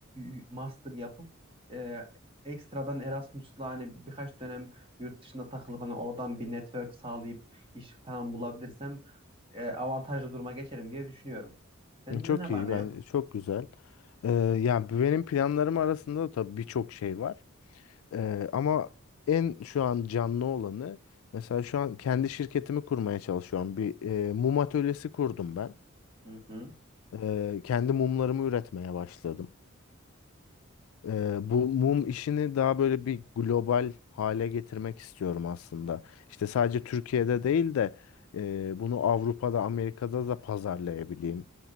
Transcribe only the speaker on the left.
Hı, Çok
iyi,
ben
çok güzel. Eee, yani benim planlarım arasında da tabii birçok şey var. Eee, ama en şu an canlı olanı, mesela şu an kendi şirketimi kurmaya çalışıyorum. Bir eee, mum atölyesi kurdum ben.
Eee, kendi mumlarımı üretmeye başladım. Ee, bu mum işini daha böyle bir global hale getirmek istiyorum aslında. İşte sadece Türkiye'de değil de e, bunu Avrupa'da, Amerika'da da pazarlayabileyim.